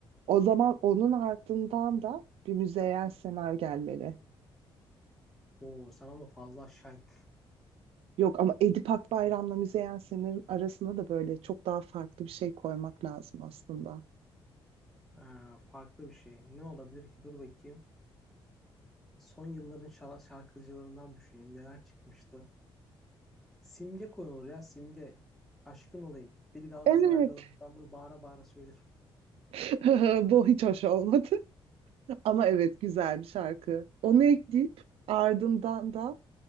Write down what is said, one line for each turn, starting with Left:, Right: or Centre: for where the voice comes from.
Right: O zaman onun ardından da bir Müzeyyen Senar gelmeli.
Centre: Oo sen ama fazla aşağı in-
Right: Yok ama Edip Akbayram'la Müzeyyen Senar'ın arasına da böyle çok daha farklı bir şey koymak lazım aslında.
Centre: Ee, farklı bir şey. Ne olabilir ki? Dur bakayım. Son yılların şar- şarkıcılarından düşüneyim. Neler çıkmıştı? Simge konulur ya. Simge. Aşkın olayım. Bir Galatasaraylı
Right: Evet.
Centre: olarak ben bunu bağıra bağıra söylerim.
Right: <laughs> Bu hiç hoş olmadı. <laughs> Ama evet güzel bir şarkı. Onu ekleyip ardından da